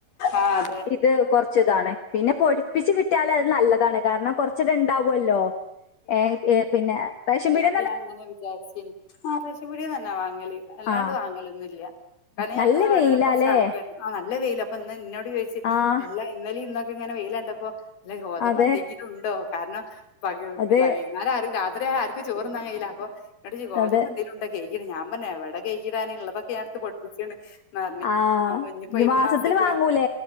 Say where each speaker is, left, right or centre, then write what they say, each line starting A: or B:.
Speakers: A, on the left (about 80°); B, on the left (about 55°).
A: ആഹ് അതെ
B: ഇത് കൊറച് താണ് പിന്നെ പൊടിപ്പിച്ച് കിട്യാല് അത് നല്ലതാണ് കാരണം കൊറചോക്കെ ണ്ടാവോല്ലോ ഏഹ് ഏഹ് പിന്നെ റേഷൻവിട്
A: ട്ട് ഞാങ്ങനെ വിചാരിച്ചീർന്ന് ആ റേഷൻപീഡ്യെനെന്നെ വാങ്ങല് അല്ലാണ്ട്
B: ആഹ്
A: വാങ്ങലൊന്നുല്ല കാരണം
B: നല്ല
A: ഞങ്ങള് ഇവിടെ
B: വെയിലാല്ലേ
A: കൊറച്ച് ആൾക്കാര് ആഹ് നല്ല വെയിലാ പ്പൊ ഇന്ന് ന്നോട് ചോയ്ച്ച്
B: ആഹ്
A: അല്ല ഇന്നല ഇന്നൊക്കെ ഇങ്ങനെ വെയിലണ്ടപ്പോ ല്ല ഗോതമ്പ്
B: അതെ
A: എന്തെങ്കിലും ഉണ്ടോ കാരണം പക
B: അതെ
A: വെയ്ന്നേരരു ആരു രാത്രി ആര് ചോർന്നാങ്കയ്ല അപ്പൊ ഗോതമ്പ്
B: അതെ
A: എന്തെങ്കിണ്ടെങ്കി കെയ്കിടാ ഞാ പറ എവടെ കെയ്‌കിടാന് ള്ളത് ക്യെട്ത്ത് പൊടിപ്പിച്ച്ണ് ന്നർണ് ന്നറ്ഞ്ഞ്
B: ആഹ്
A: അപ്പ ഞ്ഞ്പ്പോ
B: ഇനി
A: ഈ
B: മാസത്തില്
A: മാസ്ത്തെ പോയ്
B: വാങ്ങൂലേ